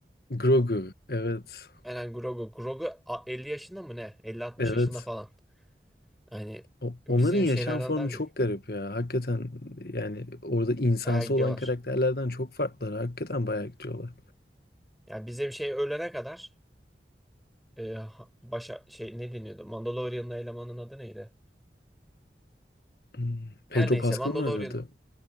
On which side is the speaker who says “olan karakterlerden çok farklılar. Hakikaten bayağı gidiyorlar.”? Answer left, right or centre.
Left